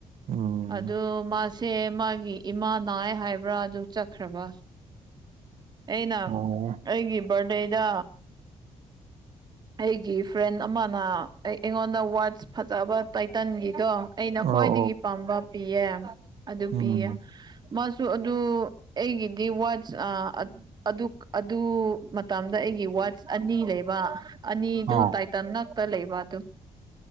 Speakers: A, on the right; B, on the right.
A: ꯎꯝ ꯎꯝ ꯎꯝ
B: ꯑꯗꯨ ꯃꯥꯁꯦ ꯃꯥꯒꯤ ꯏꯃꯥ ꯅꯥꯏ ꯍꯥꯏꯕ꯭ꯔꯥ ꯑꯗꯨ ꯆꯠꯈ꯭ꯔꯕ ꯑꯩꯅ
A: ꯑꯣ
B: ꯑꯩꯒꯤ ꯕꯥꯔꯗꯦꯗ ꯑꯩꯒꯤ ꯐ꯭ꯔꯦꯟ ꯑꯃꯅ ꯑꯩ ꯑꯩꯉꯣꯟꯗ ꯋꯥꯠꯁ ꯐꯖꯕ ꯇꯥꯏꯇꯥꯟꯒꯤꯗꯣ ꯑꯩꯅ
A: ꯑꯣ
B: ꯈ꯭ꯋꯥꯏꯗꯒꯤ
A: ꯑꯣ
B: ꯄꯥꯝꯕ ꯄꯤꯌꯦ ꯑꯗꯨ
A: ꯎꯝ
B: ꯄꯤꯌꯦ ꯃꯥꯁꯨ ꯑꯗꯨ ꯑꯩꯒꯤꯗꯤ ꯋꯥꯆ ꯑ ꯑꯗꯨ ꯃꯇꯝꯗ ꯑꯩꯒꯤ ꯋꯥꯆ ꯑꯅꯤ ꯂꯩꯕ ꯑꯅꯤꯗꯨ
A: ꯑꯥ
B: ꯇꯥꯏꯇꯥꯟ ꯉꯥꯛꯇ ꯂꯩꯕ ꯑꯗꯨ